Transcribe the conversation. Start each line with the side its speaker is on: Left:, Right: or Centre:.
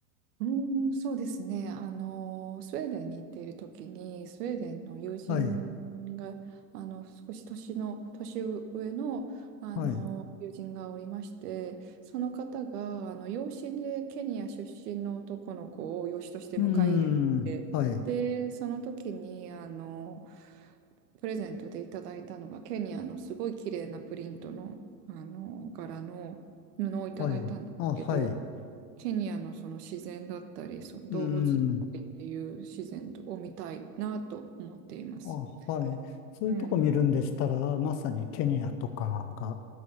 Right: うーん、そうですね。あの、スウェーデンに行っている時に、スウェーデンの友人が、
Left: はい、
Right: あの、少し年の、年上の、あの、
Left: はい。う
Right: 友人がおりまして、その方が、あの、養子でケニア出身の男の子を養子として迎え入れて、
Left: ーん、はい、
Right: で、その時に、あの、プレゼントでいただいたのが、ケニアのすごい綺麗なプリントの、あの、柄の布をいただいたんですけど、
Left: はい。あ、はい。う
Right: ケニアのその自然だったり、その動物だったりっていう自然を見たいなと思っています。
Left: ーん、あ、はい。そういうとこ見るんでしたら、
Right: うん。
Left: まさにケニアとかが